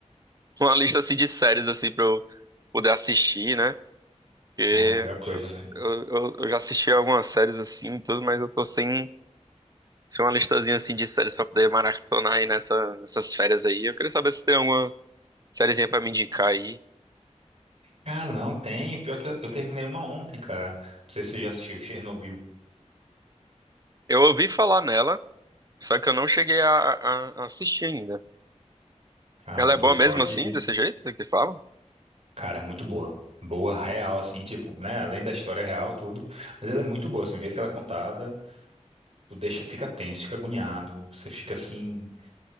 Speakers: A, on the right (about 30°); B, on the right (about 55°).
A: uma lista assim de séries assim pra eu poder assistir, né? Porque
B: Ah, melhor coisa, né?
A: eu, eu, eu já assisti algumas séries assim e tudo, mas eu tô sem, sem uma listazinha assim de séries pra poder maratonar aí nessa, nessas férias aí. Eu queria saber se tem alguma sériezinha pra me indicar aí.
B: Cara, não tem. Pior que eu, eu terminei uma ontem, cara. Não sei se você já assistiu Chernobyl.
A: Eu ouvi falar nela. Só que eu não cheguei a, a- a assistir ainda.
B: Cara,
A: Ela
B: pois
A: é boa mesmo
B: pode.
A: assim, desse jeito que fala?
B: Cara, muito boa. Boa, real, assim, tipo, né? Além da história real, tudo. Mas ela é muito boa, assim, o jeito que ela é contada. Tu deixa, fica tenso, fica agoniado. Você fica, assim,